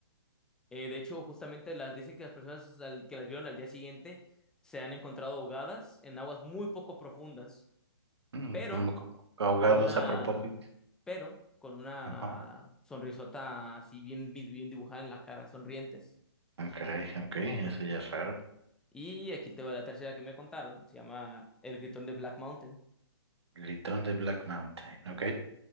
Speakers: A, in the centre; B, on the right (about 75°).
A: Eh, de hecho, justamente las dicen que las personas al- que las vieron al día siguiente se han encontrado ahogadas en aguas muy poco profundas,
B: Mm,
A: pero
B: mm, como ahogados
A: con una,
B: a propósito.
A: pero con una
B: Ajá.
A: sonrisota así bien, bien dibujada en la cara, sonrientes.
B: Ah, caray, ok, eso ya es raro.
A: Y aquí te va la tercera que me contaron, se llama El Gritón de Black Mountain.
B: Gritón de Black Mountain, ok.